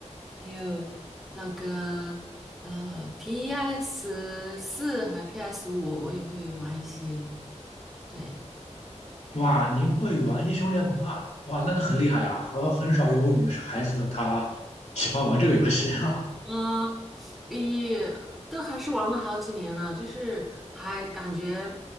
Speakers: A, in the centre; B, on the left.
A: 还有那个呃 PS 四还 PS 五，我也会玩一些。对，
B: 哇，您会玩英雄联盟啊？哇，那很厉害呀、和很少有女孩子她喜欢玩这个游戏啊。
A: 嗯，也都还是玩了好几年了，就是还感觉